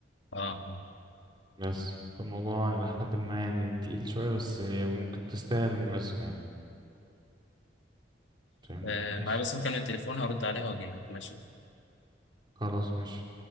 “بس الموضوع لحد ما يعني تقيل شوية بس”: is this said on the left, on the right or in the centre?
Right